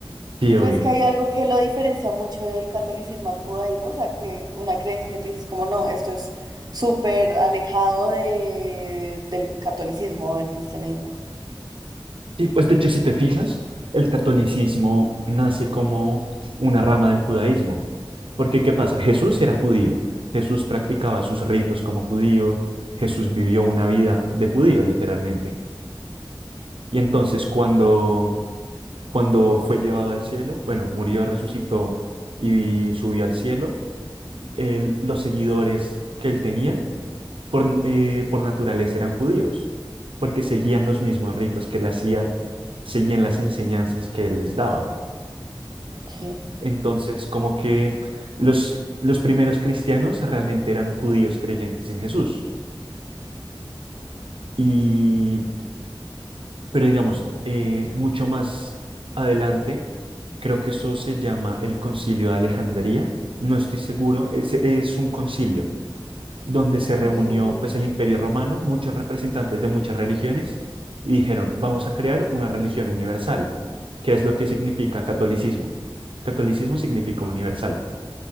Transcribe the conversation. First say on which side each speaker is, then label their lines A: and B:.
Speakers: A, on the right; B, on the right.
A: Sí,
B: ¿Tú crees
A: obvio.
B: que hay algo que lo diferencia mucho del catolicismo al judaísmo? O sea, que una creencia que tú dices como, no, esto es súper alejado de, del catolicismo, del cristianismo.
A: Sí, pues de hecho, si te fijas, el catolicismo nace como una rama del judaísmo. Porque, ¿qué pasa? Jesús era judío. Jesús practicaba
B: Mm,
A: sus ritos como judío. Jesús vivió una vida de judío, literalmente. Y entonces, cuando, cuando fue llevado al cielo, bueno, murió, resucitó y subió al cielo, el- los seguidores que él tenía por, eh, por naturaleza eran judíos, porque seguían los mismos ritos que él hacía, seguían las enseñanzas que él les daba.
B: Ok.
A: Entonces, como que los, los primeros cristianos realmente eran judíos creyentes en Jesús. Y, pero digamos, eh, mucho más adelante, creo que eso se llama el Concilio de Alejandría. No estoy seguro, es, es un concilio donde se
B: Ok.
A: reunió pues el Imperio Romano, muchos representantes de muchas religiones, y dijeron, vamos a crear una religión universal. ¿Qué es lo que significa catolicismo? Catolicismo significa universal.